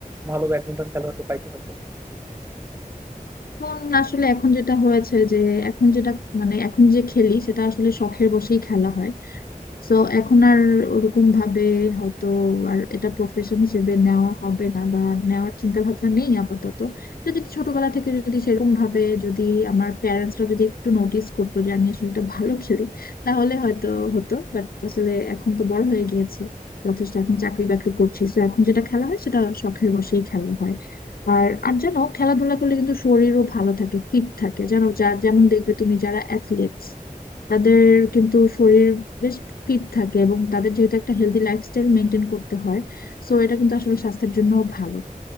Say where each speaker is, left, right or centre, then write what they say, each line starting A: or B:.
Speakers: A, on the right; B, on the left.
A: ভালো ব্যাডমিন্টন খেলোয়াড়কে পাইতে হতো
B: এখন আসলে এখন যেটা হয়েছে যে এখন যেটা মানে এখন যে খেলি সেটা আসলে শখের বশেই খেলা হয় সো এখন আর ওরকম ভাবে হয়তো আর এটা প্রফেশন হিসেবে নেওয়া হবে না বা নেওয়ার চিন্তা ভাবনা নেই আপাতত এটা যদি ছোটবেলা থেকে যদি সেরকম ভাবে যদি আমার প্যারেন্টসরা যদি একটু নোটিস করতো যে আমি আসলে এটা ভালো খেলি তাহলে হয়তো হতো বাট আসলে এখন তো বড় হয়ে গিয়েছি যথেষ্ট এখন চাকরি বাকরি করছি তো এখন যেটা খেলা হয় সেটা শখের বশেই খেলা হয় আর আর জানো খেলাধুলা করলে কিন্তু শরীরও ভালো থাকে ফিট থাকে জানো যার যেমন দেখবে তুমি যারা অ্যাথলেট তাদের কিন্তু শরীর বেশ ফিট থাকে এবং তাদের যেহেতু একটা হেলদি লাইফস্টাইল মেনটেন করতে হয় সো এটা কিন্তু আসলে স্বাস্থ্যের জন্য ভালো